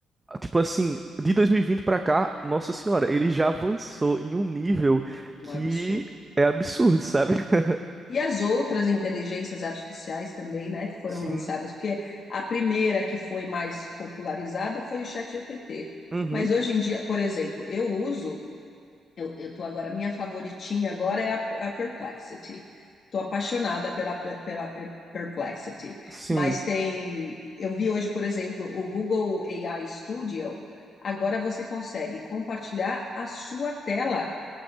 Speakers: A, on the right; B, on the left.
A: tipo assim, de 2020 para cá, nossa senhora, ele já avançou em um nível
B: Um
A: que
B: absurdo.
A: é absurdo, sabe? <laughs>
B: E as outras inteligências artificiais também, né, que foram
A: Sim.
B: lançadas, porque a primeira que foi mais popularizada foi o ChatGPT.
A: Uhum.
B: Mas hoje em dia, por exemplo, eu uso Eu, eu tô agora, minha favoritinha agora é a, a Perplexity. Tô apaixonada pela, pela Per- Perplexity.
A: Sim.
B: Mas tem, eu vi hoje, por exemplo, o Google AI Studio. Agora você consegue compartilhar a sua tela